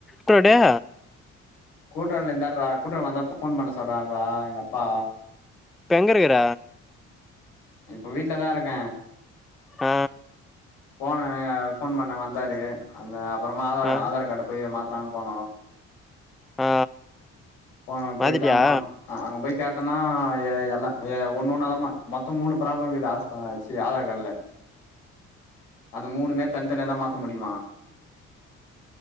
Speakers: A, in the centre; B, on the left (about 85°).
A: குடா
B: கூட்டுறல இருந்தார்ரா கூட்றவு வந்தா ஃபோன் பண்ண சொல்றாருரா எங்க அப்பா
A: இப்ப எங்கருக்குற
B: இப்ப வீட்லதா இருக்க
A: அ
B: போன அ ஃபோன் பண்ண வந்தாரு அந்த அப்புறமா ஆதார்
A: ஆ
B: ஆதார் கார்டு போய் மாத்தலான்னு போனோ
A: ஆ
B: போன போய்ட்டாங்க
A: மாத்திட்டியா
B: போனோ ஆ அங்க போய் கேட்டனா எ எல்லா ஒன்ன ஒண்ணாதா மா மொத்தஃ மூணு பராப்ளம் இக்குது ஆ சி ஆதார் கார்டுல அந்த மூணுமே தனித்தனிய தா மாத்த முடிமா